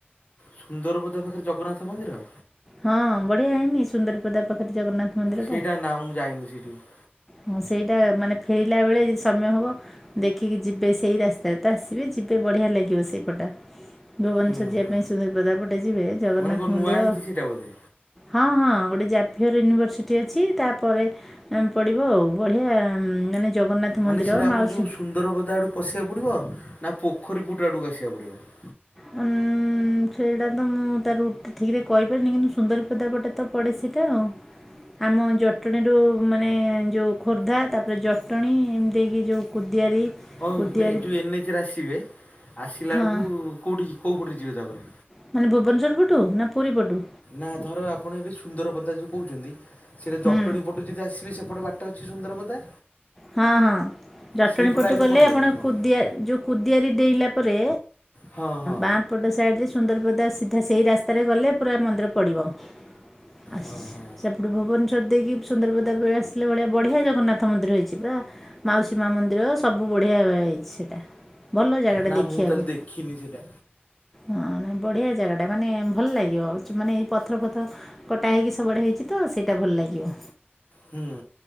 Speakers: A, on the left; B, in the centre.
A: ସୁନ୍ଦରବଦ ପାଖରେ ଜଗନ୍ନାଥ ମନ୍ଦିର
B: ହଁ ବଢିଆ ହେଇନି ସୁନ୍ଦରପଦା ପାଖରେ ଜଗନ୍ନାଥ ମନ୍ଦିରଟା
A: ସେଇଟା ନାମୁଁ ଯାଇନି ସେଠିକି
B: ହଁ ସେଇଟା ମାନେ ଫେରିଲା ବେଳେ ଯଦି ସମୟ ହବ ଦେଖିକି ଯିବେ ସେଇ ରାସ୍ତାରେ ତ ଆସିବେ ଯିବେ ବଢ଼ିଆ ଲାଗିବ ସେଇପଟା ଭୁବନଶ୍ଵର
A: ହୁଁ
B: ଯିବା
A: ହୁଁ
B: ପାଇଁ ସୁନ୍ଦରବଦା ପଟେ ଯିବେ ଜଗନ୍ନାଥ
A: ମାନେ କଣ
B: ମନ୍ଦିର
A: ନୂଆ ହେଇଛି ସେଇଟା ବୋଧେ।
B: ହଁ ହଁ ଗୋଟେ ଜାଫିୟର ୟୁନିଭର୍ସିଟି ଅଛି ତାପରେ ଉଁ, ପଡ଼ିବ ଆଉ ବଢ଼ିଆ ମାନେ ଜଗନ୍ନାଥ
A: ମାନେ
B: ମନ୍ଦିର
A: ସେଇଟା ଆମର
B: ମାଉସୀ
A: ଯେଉଁ ସୁନ୍ଦର ବଦା ଆଡ଼କୁ ପଶିବାକୁ ପଡ଼ିବ ନା ପୋଖରୀ ପୁଟ ଆଡ଼କୁ ଆସିବାକୁ ପଡ଼ିବ।
B: ହନ୍ ସେଇଟା ତ ମୁଁ ତା ରୁଟା ଠିକ ରେ କହିପାରିନି କିନ୍ତୁ ସୁନ୍ଦରୀ ପଦା ପଟେ ତ ପଡେ ସେଇଟା ଆଉ ଆମ ଜଟଣୀରୁ ମାନେ ଯେଉଁ ଖୋର୍ଦ୍ଧା ତାପରେ ଜଟଣୀ ଏମିତି ହେଇକି ଯେଉଁ କୁଦିଆରି
A: ହଉ
B: କୁଦିଆରି
A: ଯେଉଁ ଏନ୍ଏଚରେ ଆସିବେ ଆସିଲା
B: ହଁ
A: ବେଳକୁ କେଉଁଠି କେଉ ପଟେ ଯିବେ ତାପରେ
B: ମାନେ ଭୁବନେଶ୍ୱର ପଟୁ ନା ପୁରୀ ପଟୁ
A: ନା ଧର ଆପଣ ଏବେ ସୁନ୍ଦର ପଦା ଯୋଉ କହୁଛନ୍ତି ସେଟା
B: ହୁଁ
A: ଜଟଣୀ ଟୁ ଯଦି ଆସିବେ ସେପଟ ବାଟ ଅଛି ସୁନ୍ଦରବଦା
B: ହଁ ହଁ ଜଟଣୀ
A: ସେଇପଟେ
B: ପଟୁ
A: ଆଇଲେ
B: କଲେ
A: ପଡ଼ିବ
B: ଆପଣ
A: ନା କ'ଣ
B: କୁଦିଆ ଯେଉଁ କୁଦିଆରି ଦେଇଲା ପରେ
A: ହଁ ହଁ
B: ବାଁପଟ ସାଇଡ଼ରେ ସୁନ୍ଦରବଦା ସିଧା ସେଇ ରାସ୍ତାରେ ଗଲେ ପୁରା ମନ୍ଦିର ପଡ଼ିବ ଆ ସେପଟେ
A: ହଁ ହଁ
B: ଭୁବନେଶ୍ୱର ଦେଇକି ସୁନ୍ଦରବଦା ବେଳେ ଆସିଲେ ଭଳିଆ ବଢ଼ିଆ ଜଗନ୍ନାଥ ମନ୍ଦିର ହେଇଛି। ପୁରା ମାଉସୀ ମା ମନ୍ଦିର ସବୁ ବଢିଆ ହେଇଛି ସେଇଟା ଭଲ ଜାଗାଟା
A: ନା
B: ଦେଖିବାକୁ
A: ମୁଁ ତାହେଲେ ଦେଖିନି ସେଇଟା
B: ହଁ ବଢ଼ିଆ ଜାଗାଟା ମାନେ ଭଲ ଲାଗିବ ମାନେ ଏଇ ପଥର ଫଥର କଟା ହେଇକି ସବୁଆଡେ ହେଇଛି ତ ସେଇଟା ଭଲ ଲାଗିବ
A: ହୁଁ